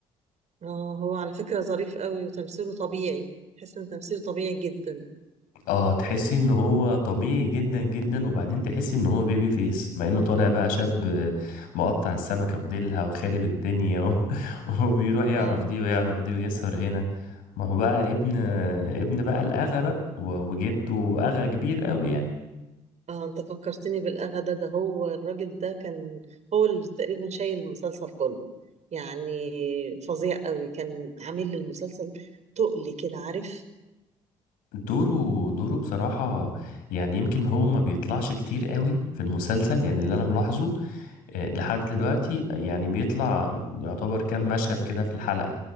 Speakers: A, on the right; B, on the left.
A: اه هو على فكرة ظريف قوي وتمثيله طبيعي تحس إن تمثيله طبيعي جدا
B: اه تحسي ان هو طبيعي جدا جدا وبعدين تحسي ان هو بيبي فيس مع انه طالع بقى شاب آه، مقطع السمكة وديلها وخارب الدنيا و... <laughs> وبيروح يعرف
A: اه
B: دي ويعرف دي ويسهر هنا ما هو بقى ابن ابن بقى الأغا بقى و- وجده أغا كبير قوي يعني
A: اه انت فكرتني بالاغا ده ده هو الراجل ده كان هو اللي تقريبا شايل المسلسل كله يعني فظيع قوي كان عامل للمسلسل تقل كده عارف
B: دوره دوره بصراحة يعني يمكن هو ما بيطلعش كتير قوي في المسلسل يعني اللي أنا ملاحظه آه، لحد دلوقتي يعني بيطلع يعتبر كام مشهد كده في الحلقة